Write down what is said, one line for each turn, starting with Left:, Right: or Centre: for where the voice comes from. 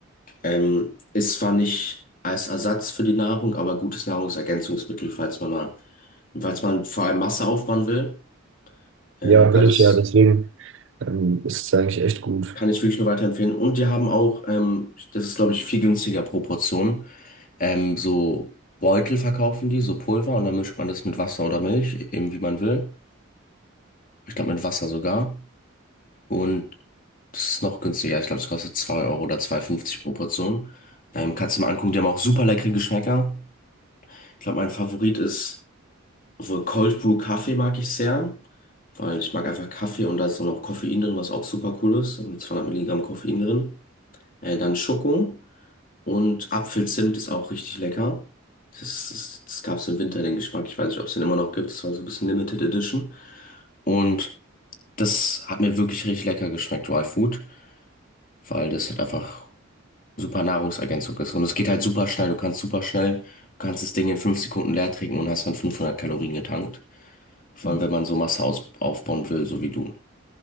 Left: Ähm, ist zwar nicht als Ersatz für die Nahrung, aber gutes Nahrungsergänzungsmittel, falls man mal, falls man vor allem Masse aufbauen will. Ähm,
Right: Ja,
Left: weil
Right: will
Left: das
Right: ich ja, deswegen ähm, ist es eigentlich echt gut.
Left: kann ich wirklich nur weiterempfehlen. Und die haben auch, ähm, das ist, glaube ich, viel günstiger pro Portion. Ähm, so Beutel verkaufen die, so Pulver, und dann mischt man das mit Wasser oder Milch, eben wie man will. Ich glaube, mit Wasser sogar. Und das ist noch günstiger. Ich glaube, es kostet 2 Euro oder zwei Euro fünfzig pro Portion. Ähm, kannst du mal angucken, die haben auch super leckere Geschmäcker. Ich glaube, mein Favorit ist, obwohl Cold Brew Kaffee mag ich sehr, weil ich mag einfach Kaffee und da ist dann noch Koffein drin, was auch super cool ist. Da sind 200 Milligramm Koffein drin. Äh, dann Schoko. Und Apfelzimt ist auch richtig lecker. Das, ist- das gab es im Winter, den Geschmack. Ich weiß nicht, ob es den immer noch gibt. Das war so ein bisschen Limited Edition. Und das hat mir wirklich richtig lecker geschmeckt, Dry Food, weil das halt einfach super Nahrungsergänzung ist. Und es geht halt super schnell. Du kannst super schnell, du kannst das Ding in fünf Sekunden leer trinken und hast dann 500 Kalorien getankt. Vor allem, wenn man so Masse aus, aufbauen will, so wie du.